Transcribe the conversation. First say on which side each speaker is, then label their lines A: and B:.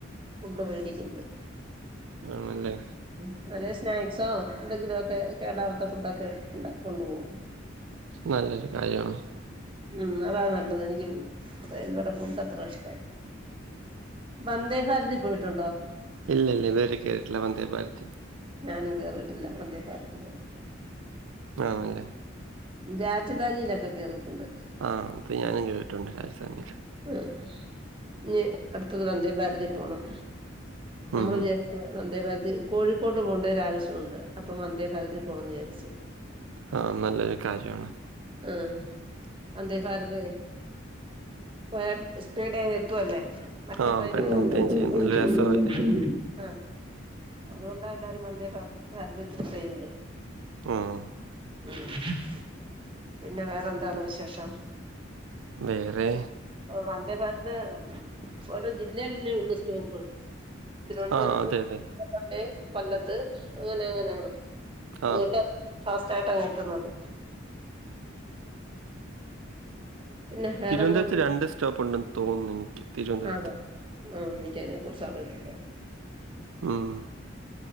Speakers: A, on the right; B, on the right.
A: ഫുഡ്‌ വേടിക്കുന്നത്
B: ആണല്ലേ
A: ഹ്മ്മ് അല്ലെ സ്നാക്സോ എന്തെങ്കിലൊക്കെ കേടാവാത്ത ഫുഡൊക്കെ ഉണ്ടെ കൊണ്ടുപോകും
B: നല്ലൊരു കാര്യാണ്.
A: ഹ്മ്മ് അതാ നല്ലത് എനിക്ക് റെയിൽവയുടെ ഫുഡത്ര ഇഷ്ടല്ല വന്ദേഭാരതി പോയിട്ടുണ്ടോ
B: ഇല്ല ഇല്ല ഇത് വരെ കേറിട്ട്ല്ല വന്തേ ഭാരതത്തി
A: ഞാനും കേറിട്ടില്ല വന്ദേ ഭാരതത്തില്
B: ആണല്ലേ
A: രാജധാനിയിലൊക്കെ കേറിട്ടുണ്ട്
B: ആഹ് അത് ഞാനും കേറിട്ടുണ്ട് രാജധാനിയില്
A: ആഹ് ഇനി അടുത്തത് വന്ദേഭാരതിൽ പോണം
B: ഉം
A: നമ്മള്ല്ലെ
B: ഉം
A: വന്ദേഭാരതി കോഴിക്കോട്ട് പോകേണ്ട ഒരാവശ്യവുണ്ട് അപ്പൊ വന്ദേഭാരതത്തിൽ പോവാന്ന് വിചാരിച്ച്
B: ആഹ് നല്ലൊരു കാര്യവാണ്.
A: ഹ്മ്മ് വന്ദേഭാരതെ വേം സ്പീടങ്ങ് എത്തുവല്ലേ <unintelligible>
B: ആഹ് പെട്ടെന്ന് എത്തുകയും ചെയ്യും നല്ല രസവുമല്ലേ.
A: ആഹ് അതുകൊണ്ടാ എല്ലാവരും വന്ദേഭാരത് ഭാരത് ചൂസെയ്യ്ണ്ട്.
B: ഹ്മ്മ്
A: ഹ്മ്മ്, പിന്നെ വേറെന്താണ് വിശേഷം
B: വേറെ
A: വന്ദേഭാരത് ഒര് ജില്ലേലല്ലേ ഒള്ളൂ സ്റ്റോപ്പ് തിരുവനന്തപുരത്ത്
B: ആഹ് അതെ അതെ
A: തൊട്ട് കൊല്ലത്ത് അങ്ങനെ എങ്ങനോ ആണ്. അതുകൊണ്ട്
B: ആഹ്
A: ഫാസ്റ്റായിട്ടങ്ങ് എത്തുന്നത്. പിന്നെ വേറെന്തുണ്ട്
B: തിരുവനന്തപുരത്ത് രണ്ട് സ്റ്റോപ്പുണ്ടെന്ന് തോന്നുന്നു എനിക്ക് തിരുവനന്തപുരത്ത്.
A: ആണോ ആഹ് എനിക്കതിനെ കുറിച്ചറിയത്തില്ല
B: ഹ്മ്മ്